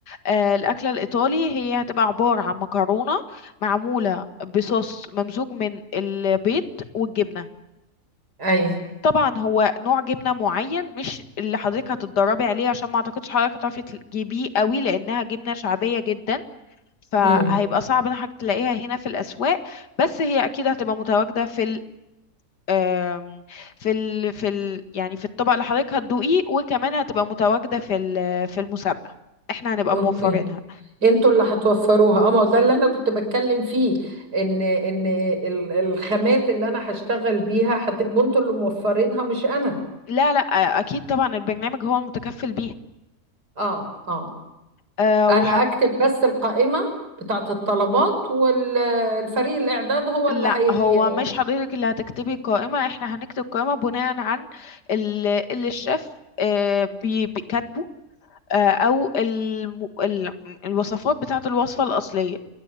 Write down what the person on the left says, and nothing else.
آه، الأكلة الإيطالي هي هتبقى عبارة عن مكرونة معمولة بصوص ممزوج من البيض والجبنة
طبعا هو نوع جبنه معين مش اللي حضرتك هتتدربي عليه عشان ما اعتقدش حضرتك هتعرفي تجيبيه قوي لانها جبنه شعبيه جدا فهيبقى
صعب ان حضرتك تلاقيها هنا في الاسواق بس هي اكيد هتبقى متواجده في ال آم، في ال في ال يعني في الطبق اللي حضرتك هتدوقيه وكمان هتبقى متواجده في ال- في المسابقه احنا هنبقى
موفرينها
لا لا اكيد طبعا البرنامج هو المتكفل
بيها
لا
هو مش حضرتك اللي هتكتبي قائمة احنا هنكتب قائمة بناء عن ال- اللي الشيف آه، بي- بيكاتبه آه، او الم- ال- الوصفات بتاعة الوصفة الأصلية